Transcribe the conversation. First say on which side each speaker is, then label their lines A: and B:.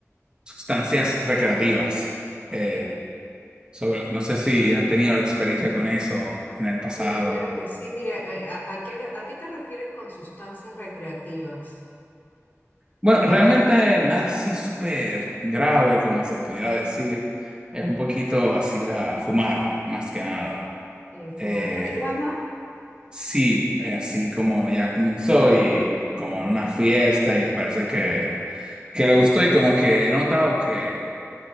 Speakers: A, on the right (about 15°); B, on the left (about 40°).
A: sustancias recreativas. Eh, sobre, no sé si ha tenido experiencia con eso en el pasado.
B: Sí, claro que sí. Mire, eh, ¿a, a qué hora- a qué te refieres con sustancias recreativas?
A: Bueno, realmente nada así súper grave como se pudiera decir. Es un poquito así la fumar, más que nada.
B: Eh, ¿fumar
A: Eh,
B: marihuana?
A: sí, eh, así como ya comenzó y
B: Ujú.
A: como en una fiesta y parece que que le gustó y como que he notado que